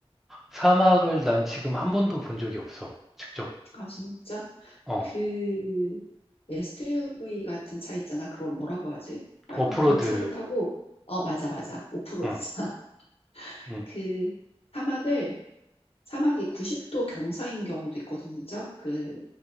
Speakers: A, in the centre; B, on the left.
A: 사막을 난 지금 한 번도 본 적이 없어. 직접.
B: 아, 진짜?
A: 어,
B: 그 SUV 같은 차 있잖아. 그걸 뭐라고 하지? 하여간
A: 오프로드.
B: 그 차를 타고, 어, 맞아, 맞아. 오프로드
A: 응,
B: 차. <laughs>
A: 응.
B: 그 사막을, 사막이 90도 경사인 경우도 있거든, 진짜. 그,